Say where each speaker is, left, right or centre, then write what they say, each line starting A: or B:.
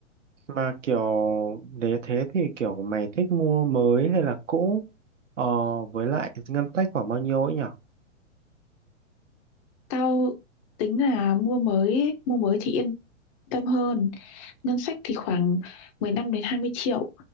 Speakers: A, on the right (about 75°); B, on the left (about 25°).
A: Mà kiểu nếu thế thì kiểu mày thích mua mới hay là cũ? Ờ, với lại ngân sách khoảng bao nhiêu ấy nhỉ?
B: Tao tính là mua mới, ấy, mua mới thì yên tâm hơn. ngân sách thì khoảng 15 đến 20 triệu